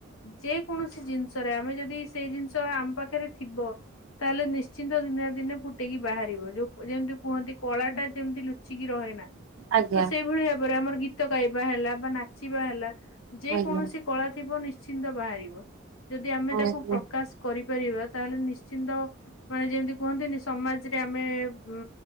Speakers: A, on the left (about 80°); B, on the right (about 80°).
A: ଯେ କୌଣସି ଜିନ୍ଷରେ ଆମେ ଯଦି ସେଇ ଜିନ୍ଷ ଆମ ପାଖରେ ଥିବ। ତାହେଲେ ନିଶ୍ଚି ଦିନେ ନା ଦିନେ ଫୁଟେଇକି ବାହାରିବ ଯୋଉ ଯେମିତି କୁହନ୍ତି କଳା ଟା ଯେମ୍ତି ଲୁଚିକି ରହେ ନା।
B: ଆଜ୍ଞା।
A: ତ
B: ଆଜ୍ଞା
A: ସେଇଭଳି ଭାବରେ ଆମର ଗୀତ ଗାଇବା ହେଲା ବା ନାଚିବା ହେଲା ଯେ
B: ଆଜ୍ଞା
A: କୌଣସି କଳା ଥିବ ନିଶ୍ଚିନ୍ତ ବାହାରିବ ଯଦି ଆମେ
B: ଆଜ୍ଞା।
A: ତାକୁ ପ୍ରକାଶ୍ କରିପାରିବା ତାହେଲେ ନିଶ୍ଚିନ୍ତ ମାନେ ଯେମିତି କୁହନ୍ତିନି ସମାଜରେ ଆମେ ଉ